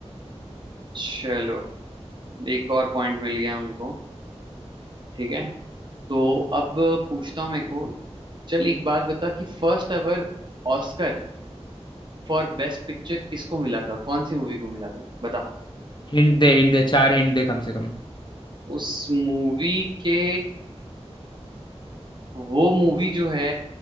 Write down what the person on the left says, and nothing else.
हिंट दे हिंट दे चार हिंट दे कम से कम